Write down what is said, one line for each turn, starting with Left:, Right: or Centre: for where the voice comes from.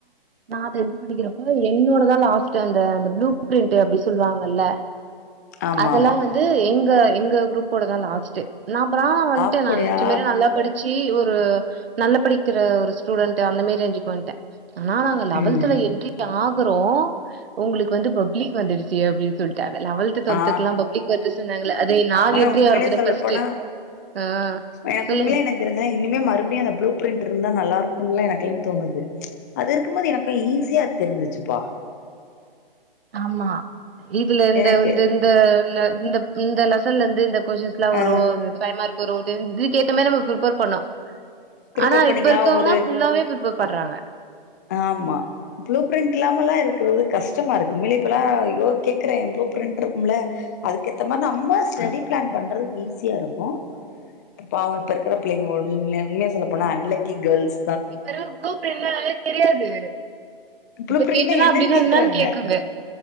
Right: நா அத எ படிக்கிறப்ப என்னோடதா லாஸ்ட்டு அந்த அந்த ப்ளூ பிரிண்ட் அப்டி சொல்லுவாங்கல்ல
Left: ஆமா
Right: அதெல்லா
Left: ஆமா
Right: வந்து எங்க எங்க குரூப்போடதா லாஸ்ட்டு நா அப்புறா வன்ட்டே
Left: அப்படியா
Right: நா நென்ச்ச மாரி நல்லா படிச்சு ஒரு நல்ல படிக்கிற ஒரு ஸ்டூண்ட் அந்த மாரி ரேஞ்சுக்கு வன்ட்டே ஆனா நாங்க லெவத்ல
Left: ம்.
Right: என்ட்ரி ஆகுறோ உங்ளுக்கு வந்து பப்ளிக் வந்துடுச்சு அப்டின்னு சொல்ட்டாங்க லெவல்த் டுவெல்த்துக்ல்லா
Left: ஆ
Right: பப்ளிக் வருது சொன்னாங்கள அத நாங்க
Left: ஆனா
Right: என்ரி
Left: உண்மையிலே
Right: ஆகுறப்பதா
Left: சொல்ல
Right: ஃபஸ்ட்டு
Left: போனா
Right: <unintelligible> அ
Left: எனக்கு
Right: சொல்லுங்க
Left: <unintelligible> இனிமே மறுப்டியு அந்த ப்ளூ பிரிண்ட் இருந்தா நல்லாருக்கும்ல எனக்குலா தோணுது அது இருக்கும்போது எனக்கு ஈஸியா தெரிஞ்சிச்சுப்பா
Right: ஆமா இதுல இந்த
Left: எனக்கு
Right: இந்த இந்த இந்த லெசன்ல இருந்து இந்த கொஸ்டின்ஸ்ல்லா
Left: ஆ
Right: வரு பைவ் மார்க் வரு இது இதுக்கு ஏத்த மாதிரி நம்ம பிரிபேர் பண்ணோ
Left: ப்ரிப்பேர்
Right: ஆனா
Left: பண்ணிக்கலா
Right: இப்ப இருக்கவங்லா
Left: ஒரு
Right: ஃபுல்லாவே பிரி பேர் பண்றாங்க
Left: ஆமா ப்ளூ பிரிண்ட் இல்லாமல்லா இருக்கிறது கஷ்டமா இருக்கு உண்மைல இப்பெல்லா யோ கேக்குறே ப்ளூ பிரிண்ட் இருக்கும்ல அதுக்கேத்த மாரி நம்ம ஸ்டடி பிளான் பண்றது ஈஸியா இருக்கு பாவு இப்ப இருக்கிற பிள்ளைங்க உண்ம உண்மையா சொல்ல போனா அன்லக்கி கேல்ஸ்
Right: இப்ப இருக்ற ப்ளு பிரின்ட்னா என்னனே தெரியாது
Left: ப்ளூ
Right: இப்ப
Left: பிரிண்ட்னா
Right: கேட்டனா
Left: என்னன்னு
Right: அப்படின்னா
Left: கேக்குறாங்க
Right: என்னனு கேக்குங்க